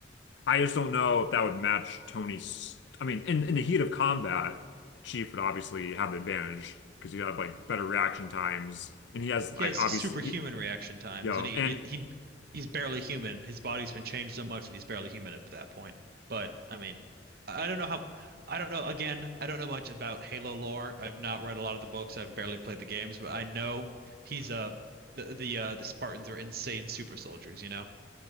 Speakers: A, on the left (about 75°); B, on the right (about 55°).
A: I just don't know if that would match Tony's. I mean, in, in the heat of combat, Chief would obviously have the advantage because you have like better reaction times, and he has
B: He
A: like
B: has
A: obviously,
B: superhuman
A: he,
B: reaction times,
A: you know,
B: and he
A: and
B: he he's barely human. His body's been changed so much that he's barely human at that point. But I mean, I don't know how. I don't know. Again, I don't know much about Halo lore. I've not read a lot of the books. I've barely played the games, but I know he's uh the the uh, the Spartans are insane super soldiers. You know?